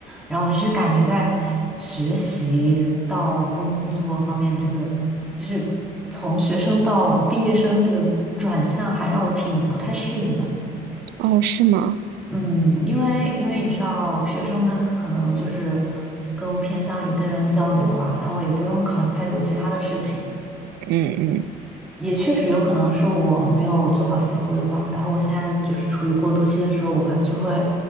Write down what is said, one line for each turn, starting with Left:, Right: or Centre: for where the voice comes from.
Centre: 然后我其实感觉在学习到工作方面，这个就是从学生到毕业生这个转向，还让我挺不太适应的。
Right: 哦，是吗？
Centre: 嗯，因为因为你知道，学生他可能就是更偏向于跟人交流啊，然后也不用考虑太多其他的事情。
Right: 嗯嗯
Centre: 也确实有可能是我没有做好一些规划，然后我现在就是处于过渡期的时候，我会就会